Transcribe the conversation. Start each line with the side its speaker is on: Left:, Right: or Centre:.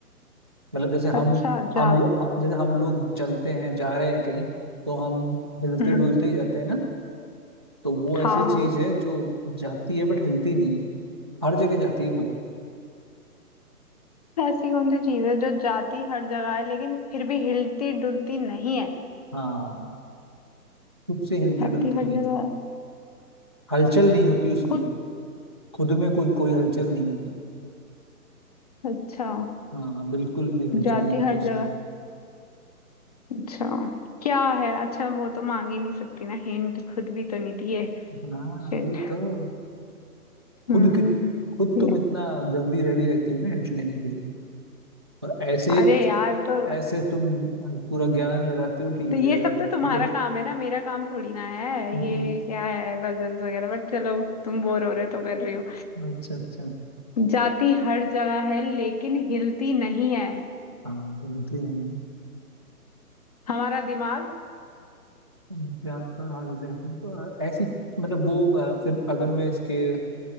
Right: मतलब जैसे हम
Left: अच्छा जात
Right: हम लो- जैसे हम लोग चलते हैं जा रहे हैं कहीं तो हम हिलते
Left: हम्म
Right: डुलते ही जाते हैं ना तो वो ऐसी
Left: हाँ
Right: चीज
Left: हाँ
Right: है जो जाती है बट हिलती नहीं है हर जगह जाती है वो
Left: ऐसी कौन सी चीज है जो जाती हर जगह है लेकिन फिर भी हिलती डुलती नहीं है
Right: हाँ खुद से हिलती
Left: जाती
Right: डुलती नहीं
Left: हर जगह
Right: है
Left: है।
Right: हलचल नहीं होती उसमें
Left: खुद
Right: खुद में कुछ कोई हलचल नहीं होती
Left: अच्छा
Right: हाँ बिल्कुल भी हलचल
Left: जाती
Right: नहीं
Left: हर
Right: थी उसमें
Left: जगह अच्छा क्या है अच्छा वो तो मांग ही नहीं सकती ना हिंट खुद भी तो नहीं दिए
Right: हाँ
Left: शिट
Right: वही तो
Left: हम्म
Right: खुद कि खुद तुम
Left: या-
Right: इतना जल्दी रेडी रहती हो ना हिंट लेने के लिए और ऐसे
Left: अरे यार तो
Right: ऐसे तुम अ, पूरा ज्ञान लगाते हो कि
Left: तो ये
Right: अ,
Left: सब तो तुम्हारा
Right: पहे
Left: काम है ना मेरा काम थोड़ी ना है
Right: हम्म,
Left: ये क्या है पजल्स वगैरह बट चलो तुम बोर हो रहे हो तो कर रही हो
Right: अच्छा अच्छा
Left: जाती हर जगह है लेकिन हिलती नहीं है
Right: हाँ जल्दी नहीं
Left: हमारा दिमाग
Right: जाता हर जगह अ, ऐसी मतलब वो अ, फिर अगर मैं इसके अ,